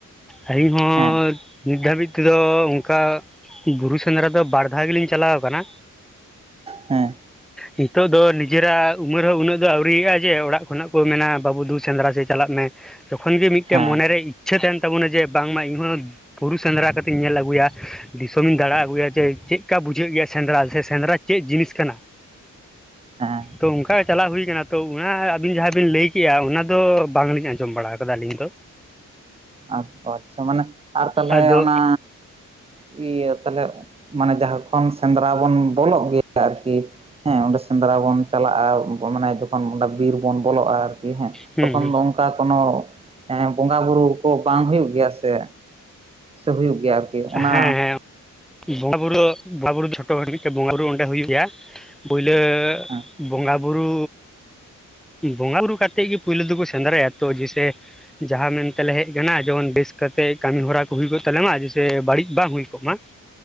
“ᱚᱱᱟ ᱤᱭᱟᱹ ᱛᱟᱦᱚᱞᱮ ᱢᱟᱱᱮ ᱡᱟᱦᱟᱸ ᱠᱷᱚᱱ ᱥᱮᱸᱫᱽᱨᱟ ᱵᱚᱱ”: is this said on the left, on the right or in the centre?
Right